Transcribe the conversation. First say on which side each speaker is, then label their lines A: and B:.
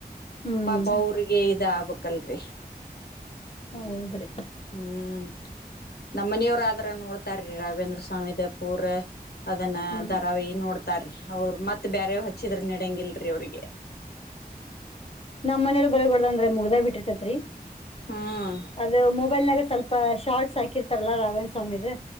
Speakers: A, on the left; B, on the left.
A: ಹ್ಮ್
B: ಪಾಪ ಅವ್ರಿಗೆ ಇದಾಬ ಕಲ್ರಿ
A: ಹೌದ್ರಿ
B: ಹ್ಮ್ ನಮ್ಮನೆಯವರು ಆದ್ರ ನೋಡ್ತರ್ ಶ್ರೀ ರಾಘೇಂದ್ರ ಸ್ವಾಮಿದ ಪೂರ ಅದನ್ನ
A: ಹ್ಮ್
B: ದರಾವಿ ನೋಡ್ತಾರೀ ಅವ್ರ ಮತ್ತೆ ಬೇರೆವ್ ಹಚ್ಚಿದ್ರ ನೆಡಂಗಿಲ್ರಿ ಅವ್ರಿಗೆ.
A: ನಮ್ಮನೆಲ್ ಬರಗೋಡ್ಲಂದ್ರೆ ಮುಗ್ದೆ ಬಿಟ್ಟಿರ್ತತ್ರಿ.
B: ಹ್ಮ್
A: ಅದು ಮೊಬೈಲ್ನಾಗ ಸ್ವಲ್ ಆ ಶಾರ್ಟ್ಸ್ ಹಾಕಿರ್ತಾರಲ್ಲಾ ರಾಘವೇಂದ್ರ ಸ್ವಾಮಿದು